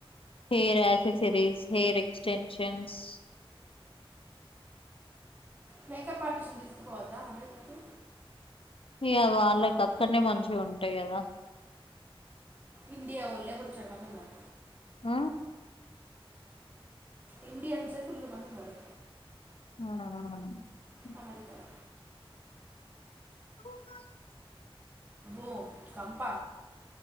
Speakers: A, on the left; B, on the right.
A: hair accessories hair extensions
B: makeup artist ని తీసుకు దా అమేజ కి
A: ఇ వాళ్ళకి అక్కన్నే మంచిగా ఉంటాయి కదా
B: ఇండియా వొళ్ళే బొచ్చడ మంది ఉన్నారు
A: ఆ
B: ఇండియన్సె ఫుల్లు మంది ఉన్నారు
A: <inaudible>
B: అమరికాలా
A: రోమాంచ
B: ఓ చంప